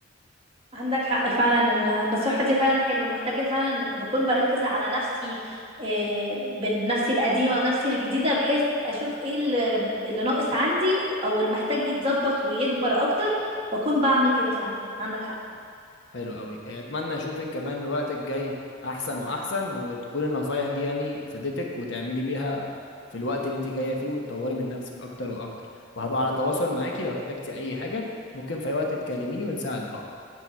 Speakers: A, on the right; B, on the left.
A: عندك حق فعلا ان النصيحة دي فعلا حلوة محتاجة فعلا بكون بركز على نفسي إيه بين نفسي القديمة ونفسي الجديدة بحيث اشوف ايه اللي, اللي ناقص عندي او اللي محتاج يتظبط ويكبر اكتر واكون بعمل كده فعلا عندك حق
B: حلو قوي اتمنى اشوفك كمان الوقت الجاي احسن واحسن وتكون النصايح دي يعني فادتك وتعملي بيها في الوقت اللي انت جايه فيه وتطوري من نفسك اكتر واكتر وهبقى على تواصل معاكي لو احتجتي اي حاجه ممكن في اي وقت تكلميني ونساعد بعض